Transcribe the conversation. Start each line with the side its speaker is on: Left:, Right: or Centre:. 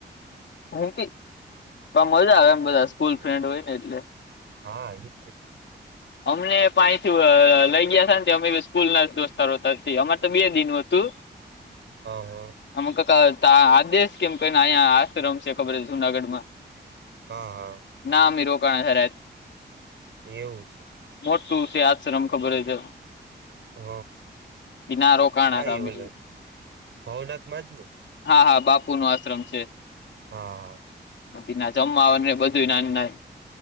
Left: હું કે પણ મજા આવે એમ બધા સ્કૂલ ફ્રેન્ડ હોય ને એટલે
Right: હા એ જ
Left: અમને પાથી લઈ ગયા હતા ને અમે સ્કૂલ ના દોસ્તારો અમાર તો બે દિન હતું
Right: હ હા.
Left: આમે આદેશ કેમ કને અહીંયા આ રમશે ખબર જુનાગઢ માં
Right: હા હા.
Left: નામ રોકાણ જ
Right: એવું છે.
Left: મોટું છે યાદ સર અમ ખબર હો છે.
Right: હ હ
Left: ના રોકાણા
Right: હા
Left: હતા
Right: એવલો
Left: અમે
Right: છે ભાવનાથ માં જ ને?
Left: હા હા બાપુ નો આશ્રમ છે.
Right: હા.
Left: <inaudible> ના જમવા ને બધું ના ના